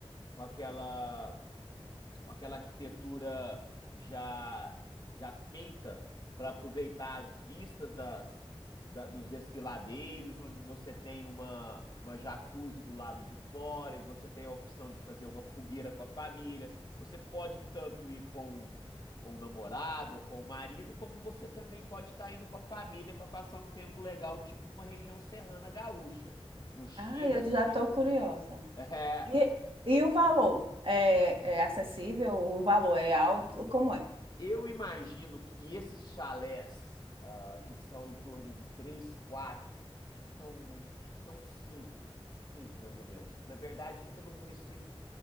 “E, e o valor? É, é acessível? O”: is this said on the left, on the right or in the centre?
Right